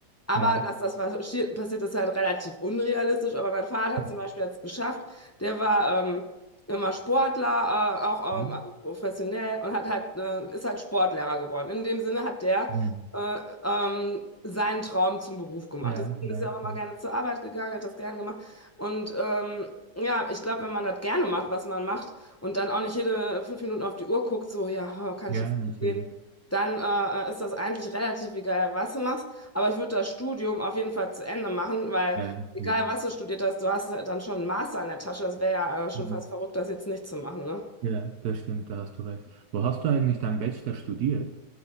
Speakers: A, on the left; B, on the right.
A: Aber
B: Ja.
A: dass das passi- passiert, ist halt relativ unrealistisch. Aber mein Vater
B: Mhm.
A: zum Beispiel hat es geschafft. Der war ähm, immer Sportler, äh, auch
B: Ja.
A: ähm, also professionell und hat halt, äh, ist halt Sportlehrer geworden. In dem Sinne hat der
B: Mhm.
A: äh, ähm, seinen Traum zum Beruf gemacht.
B: Ja,
A: Deswegen
B: ja,
A: ist er auch immer
B: ja.
A: gerne zur Arbeit gegangen, hat das gerne gemacht. Und ähm, ja, ich glaube, wenn man das gerne macht, was man macht, und dann auch nicht jede fünf Minuten auf die Uhr guckt, so, ja, oh, kann
B: Ja,
A: ich jetzt
B: natürlich.
A: gehen, dann äh, äh, ist das eigentlich relativ egal, was du machst. Aber ich würde das Studium auf jeden Fall zu Ende machen, weil
B: Ja,
A: egal,
B: ja.
A: was du studiert hast, du hast dann schon einen Master in der Tasche. Das wäre ja äh, schon
B: Mhm.
A: fast verrückt, das jetzt nicht zu machen, ne?
B: Ja, das stimmt, da hast du recht. Wo hast du eigentlich dein Bachelor studiert?